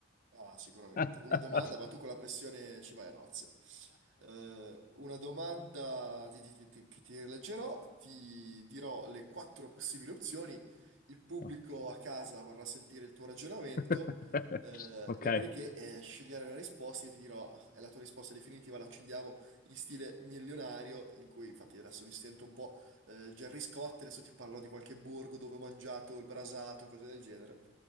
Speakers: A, on the right; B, on the left.
A: Ah, sicuramente.
B: <laughs>
A: Una domanda, ma tu con la pressione ci vai a nozze. Eh, una domanda ti- ti- ti- ti- che ti leggerò, ti dirò le quattro possibili opzioni. Il pubblico
B: No.
A: a casa vorrà sentire il tuo ragionamento.
B: <laughs>
A: eh,
B: Ok,
A: dopodiché, eh, scegliere la risposta, io ti dirò, è la tua risposta definitiva, l'accendiamo in stile milionario, in cui infatti adesso mi sento un po' eh, Gerry Scott, adesso ti parlo di qualche borgo dove ho mangiato il brasato, cose del genere,